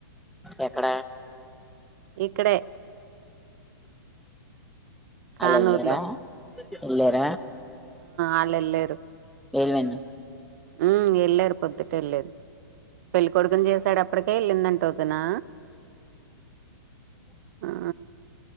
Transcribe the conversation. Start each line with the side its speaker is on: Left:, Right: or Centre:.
Centre: ఎక్కడ
Right: ఇక్కడే కానూరులో
Centre: అళ్ళు ఎళ్ళర ఎళ్లర
Right: అళ్ళు వెళ్లారు
Centre: ఏవెన్
Right: ఉ ఎళ్ళారు పొద్దు వెళ్లేదు పెళ్ళికొడుకుని చేసాడు అప్పటికే వెళ్ళిందంట వదినా ఆ